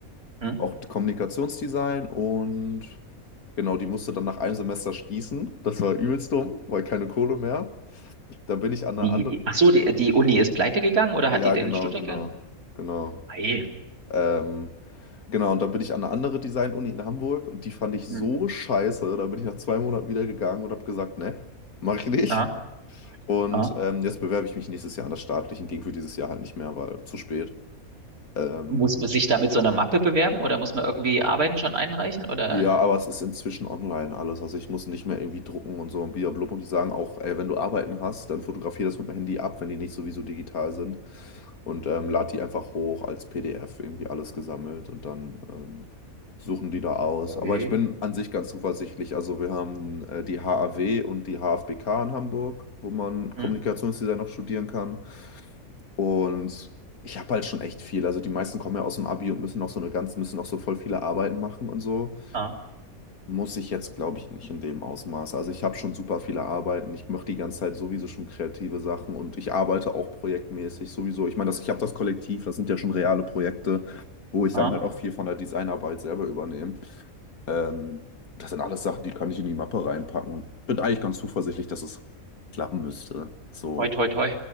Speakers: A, on the right; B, on the left.
A: Hm?
B: Auch Kommunikationsdesign und genau, die musste dann nach einem Semester schließen. Das war übelst dumm, weil keine Kohle mehr. Da bin ich an
A: Die,
B: der anderen.
A: die, ach so, die, die Uni ist pleite gegangen oder
B: Ja,
A: hat die den
B: genau,
A: Studiengang?
B: genau, genau.
A: Ei.
B: Ähm, genau, und dann bin ich an eine andere Design-Uni in Hamburg und die fand ich so
A: Hm.
B: scheiße. Da bin ich nach zwei Monaten wieder gegangen und habe gesagt, ne, mache ich nicht.
A: Ah,
B: Und
A: ah.
B: ähm, jetzt bewerbe ich mich nächstes Jahr an das Staatliche. Ging für dieses Jahr halt nicht mehr, weil zu spät. Ähm,
A: Muss man sich da mit so einer Mappe bewerben oder muss man irgendwie Arbeiten schon einreichen oder?
B: Ja, aber es ist inzwischen online alles. Also ich muss nicht mehr irgendwie drucken und so und blub Und die sagen auch, ey, wenn du Arbeiten hast, dann fotografier das mit dem Handy ab, wenn die nicht sowieso digital sind. Und ähm, lad die einfach hoch als PDF, irgendwie alles gesammelt. Und dann ähm, suchen die da aus.
A: Okay.
B: Aber ich bin an sich ganz zuversichtlich. Also wir haben äh, die HAW und die HFBK in Hamburg, wo man
A: Hm?
B: Kommunikationsdesign noch studieren kann. Und ich habe halt schon echt viel. Also die meisten kommen ja aus dem Abi und müssen noch so eine ganz, müssen noch so voll viele Arbeiten machen und so.
A: Ah,
B: Muss ich jetzt, glaube ich, nicht in dem Ausmaß. Also ich habe schon super viele Arbeiten. Ich mache die ganze Zeit sowieso schon kreative Sachen und ich arbeite auch projektmäßig sowieso. Ich meine, das, ich habe das Kollektiv, das sind ja schon reale Projekte, wo ich
A: ah.
B: dann halt auch viel von der Designarbeit selber übernehme. Ähm, das sind alles Sachen, die kann ich in die Mappe reinpacken und bin eigentlich ganz zuversichtlich, dass es klappen müsste. So,
A: Toi, toi, toi,